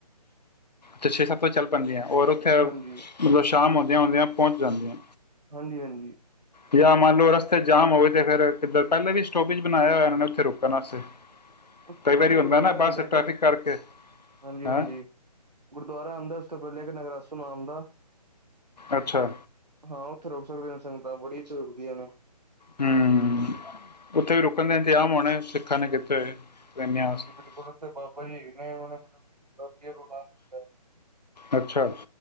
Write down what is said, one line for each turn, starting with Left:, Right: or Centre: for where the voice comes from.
Left: ਤੇ ਛੇ- ਸੱਤ ਵਜੇ ਚੱਲ ਪੈਂਦੀਆ? ਓਰ ਉੱਥੇ ਐ,
Right: ਹਾਂਜੀ
Left: ਮਲਬ ਸ਼ਾਮ ਹੁੰਦੇਆਂ ਹੁੰਦੇਆ ਪੋਂਚ ਜਾਂਦੀਆ?
Right: ਹਾਂਜੀ ਹਾਂਜੀ
Left: ਯਾ ਮਾਂਨਲੋ ਰਸਤੇ ਚ ਜਾਮ ਹੋਵੇ, ਤੇ ਫੇਰ ਕਿੱਦਰ ਪੈਲੇ ਵੀ ਸਟੋਪੇਜ ਬਨਾਏਆ ਹੋਯਾ ਏਨਾਨੇ ਨੇ ਉੱਥੇ ਰੁਕਨ ਵਾਸਤੇ?
Right: ਉਸ ਤੋਂ
Left: ਕਈ
Right: ਪੈਲੇ
Left: ਵਾਰੀ ਹੁੰਦਾ
Right: ਗੁਰਦਵਾਰਾ
Left: ਨਾ
Right: ਆਂਦੈ,
Left: ਬੱਸ ਟ੍ਰੈਫਿਕ
Right: ਫਿਰ
Left: ਕਰਕੇ
Right: ਹਾਂਜੀ,
Left: ਹੈਂ
Right: ਹਾਂਜੀ ਗੁਰਦੁਵਾਰਾ ਆਂਦੈ। ਉਸ ਤੋਂ ਪੈਲੇ ਇਕ ਨਗਰਾਸੋ ਨਾਮ ਦਾ,
Left: ਅੱਛਾ
Right: ਹਾਂ। ਓਥੇ ਰੋਕ ਸਕਦੀਆਂ ਨੇ ਸੰਗਤਾਂ ਬੜੀ ਛ ਰੁਕਦੀਆਂ ਨੇ।
Left: ਹੂੰ, ਉੱਥੇ ਵੀ ਰੁਕਨ ਦੇ ਇੰਤਜ਼ਾਮ ਹੋਣੇ <unintelligible> ਨੇ ਕਿਤੇ ਹੋਏ ਟ੍ਰੇਨਾਂ
Right: ਹਾਂਜੀ,
Left: ਵਾਸਤੇ
Right: ਬਿਲਕੁਲ ਉਥੇ ਬਾਬਾ ਜੀ ਹੈਗੇ ਨੇ ਓਨਾ ਨੇ <inaudible>
Left: ਅੱਛਾ।